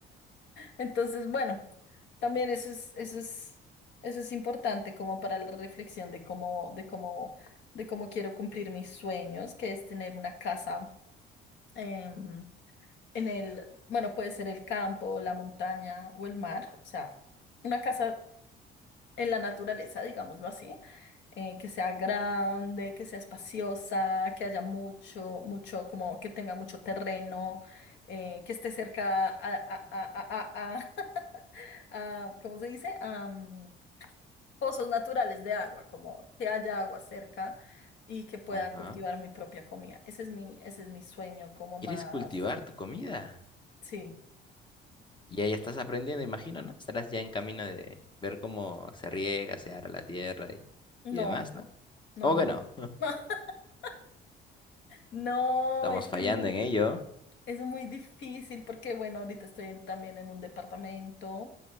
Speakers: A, on the left (about 75°); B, on the left (about 25°).
A: Entonces, bueno, también eso es, eso es, eso es importante como para la reflexión de cómo, de cómo, de cómo quiero cumplir mis sueños, que es tener una casa. em, en el, bueno, puede ser el campo, la montaña o el mar, o sea, una casa en la naturaleza, digámoslo así, eh, que sea grande, que sea espaciosa, que haya mucho, mucho, como que tenga mucho terreno, eh, que esté cerca a, a, a, a, a, <laughs> a- ¿cómo se dice? A, mm, pozos naturales de agua, como que haya agua cerca y que pueda
B: Ajá.
A: cultivar mi propia comida. Ese es mi, ese es mi sueño, como
B: ¿Quieres
A: más,
B: cultivar tu comida?
A: sí,
B: Ya ya estás aprendiendo, imagino, ¿no? Estarás ya en camino de ver cómo se riega, se ara la tierra y,
A: no.
B: y demás, ¿no?
A: No,
B: ¿Cómo que
A: no.
B: no?
A: <laughs> No,
B: Estamos
A: es
B: fallando
A: que es muy,
B: en ello,
A: es muy difícil porque, bueno, ahorita estoy en- también en un departamento